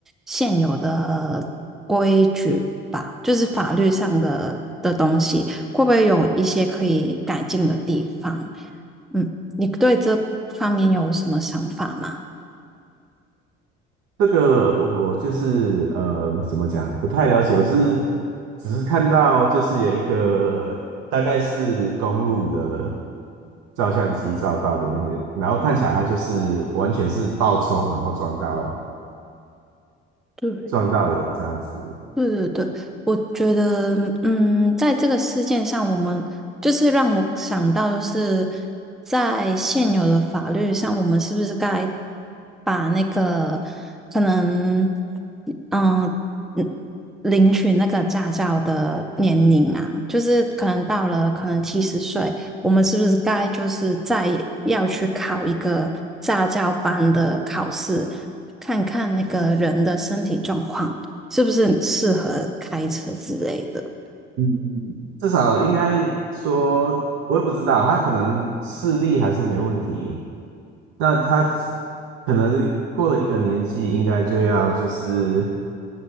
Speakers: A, in the centre; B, on the right.
A: 现有的规矩吧，就是法律上的的东西，会不会有一些可以改进的地方？嗯，你对这方面有什么想法吗？
B: 这个我我就是呃怎么讲不太了解，我是只是看到就是有一个大概是公路的照相机照到的那些，然后看起来它就是完全是爆冲，然后撞到
A: 对，
B: 撞到人这样子。
A: 对对对，我觉得，嗯，在这个事件上，我们就是让我想到，就是在现有的法律上，我们是不是该把那个可能，嗯嗯，领取那个驾照的年龄啊，就是可能到了可能七十岁，我们是不是该就是再要去考一个驾照班的考试，看看那个人的身体状况。是不是很适合开车之类的。
B: 嗯。至少应该说，我也不知道，他可能视力还是没问题，那他可能过了一个年纪，应该就要就是，